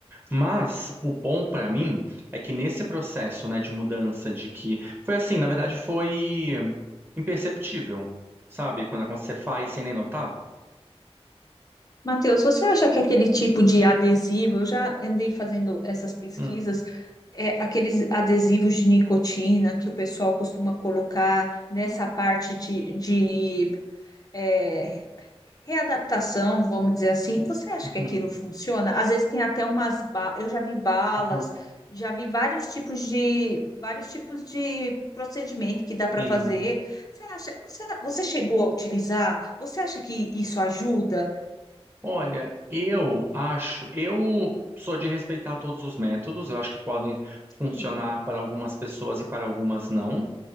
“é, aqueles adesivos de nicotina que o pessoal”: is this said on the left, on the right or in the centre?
Left